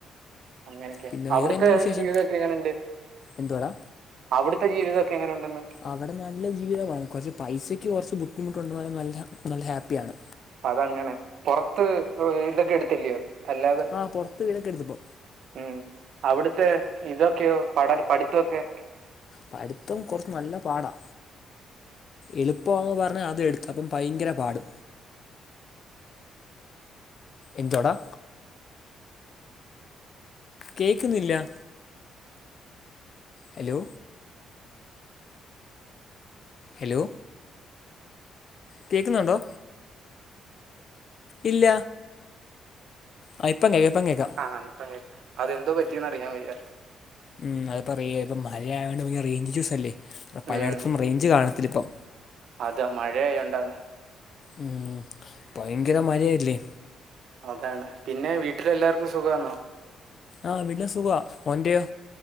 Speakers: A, on the right; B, on the left.
A: അങ്ങനൊക്കെ
B: പിന്നെ
A: അവിടുത്തെ
B: വേറെ എന്താണ് വിശേഷം
A: ജീവിതൊക്കെ എങ്ങനെ ഉണ്ട്
B: എന്തുവാടാ
A: അവിടുത്തെ ജീവിതം ഒക്കെ എങ്ങനെ ഉണ്ടെന്ന്
B: അവിടെ നല്ല ജീവിതമാണ് കുറച്ച് പൈസയ്ക്ക് കുറച്ച് ബുദ്ധിമുട്ടുണ്ടെന്നാലും നല്ല നല്ല ഹാപ്പിയാണ്
A: അത് അങ്ങനെ പൊറത്ത് വീടൊക്കെ എടുത്തില്ലയോ അല്ലാതെ
B: ആഹ് പൊറത്ത് വീടൊക്കെ എടുത്തിപ്പോ
A: ഉം അവിടുത്തെ ഇതൊക്കെയോ പഠനം പഠിത്തൊക്കെ-
B: പഠിത്തം കൊറച്ച് നല്ല പാടാ എളുപ്പവാന്ന് പറഞ്ഞാ അത് എടുത്ത അപ്പം ഭയങ്കര പാട് എന്തുവാടാ കേക്കുന്നില്ല ഹലോ ഹലോ കേൾക്കുന്നുണ്ടോ ഇല്ല ആഹ് ഇപ്പം കേക്കാം ഇപ്പം കേക്കാം
A: ആഹ് ഇപ്പം കേക്കാം അതെന്തോ പറ്റിന്ന് അറിയാൻ വയ്യ
B: ഉം അതു പറയുവായിരുന്നു മഴയയാേണ്ട് നമുക്ക് റേയിഞ്ച് ഇഷൂസ് അല്ലേ പലയിടത്തും
A: ഉം
B: റേഞ്ച് കാണത്തില ഇപ്പം
A: ആഹ് മഴയായോണ്ടാണ്
B: ഉം ഭയങ്കര മഴായല്ലേ
A: അതാണ് പിന്നെ വീട്ടിലെല്ലാവർക്കും സുഖം ആന്നോ
B: ആഹ് പിന്നെ സുഖവാ ഓന്റയോ